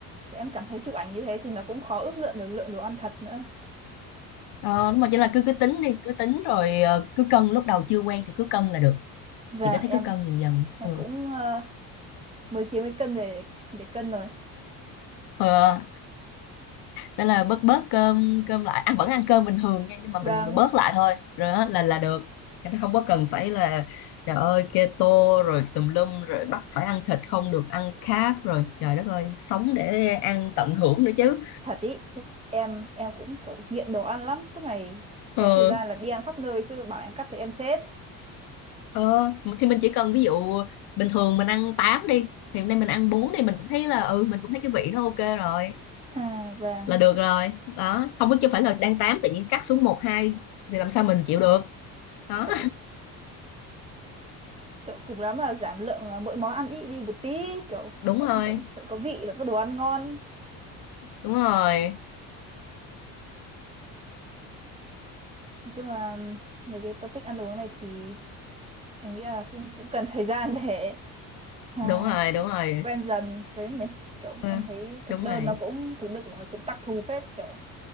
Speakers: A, on the right; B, on the left.
A: em cảm thấy chụp ảnh như thế thì nó cũng khó ước lượng được lượng đồ ăn thật nữa
B: Ờ, đúng rồi, chỉ là cứ cứ tính đi, cứ tính rồi ờ, cứ cân lúc đầu chưa quen thì cứ cân là được.
A: và
B: Chị có
A: em
B: thấy cứ cân dần dần.
A: em
B: Ừ.
A: cũng ờ, mới kiếm cái cân về để cân rồi
B: Ờ, thế là bớt bớt cơm cơm lại, ăn vẫn ăn cơm bình thường nha, nhưng mà
A: và
B: mình bớt lại thôi, rồi đó là là được. Cho không có cần phải là trời ơi keto rồi tùm lum rồi bắt phải ăn thịt không được ăn carb rồi trời đất ơi sống để ăn tận hưởng nữa chứ
A: thật ý em em cũng kiểu nghiện đồ ăn lắm suốt ngày
B: ờ,
A: có thời gian là đi ăn khắp nơi chứ bảo em cắt thì em chết
B: ờ, thì mình chỉ cần ví dụ bình thường mình ăn 8 đi thì hôm nay mình ăn 4 đi mình cũng thấy là ừ mình cũng thấy cái vị nó ok rồi
A: à và
B: là được rồi đó không có chứ phải là đang tám tự nhiên cắt xuống một hai thì làm sao mình chịu được đó
A: thật ý kiểu cùng lắm là giảm lượng ờ, mỗi món ăn ít đi một tí kiểu
B: <laughs> đúng
A: vẫn
B: rồi
A: vẫn vẫn có vị vẫn có đồ ăn ngon
B: đúng rồi
A: Nói chung là mấy cái topic ăn uống này thì em nghĩ là cũng cũng cần thời gian để à,
B: đúng rồi đúng rồi
A: quen dần với mấy kiểu
B: Ờ,
A: em thấy thực
B: đúng
A: đơn
B: rồi
A: nó cũng thực đơn nó cũng đặc thù phết kiểu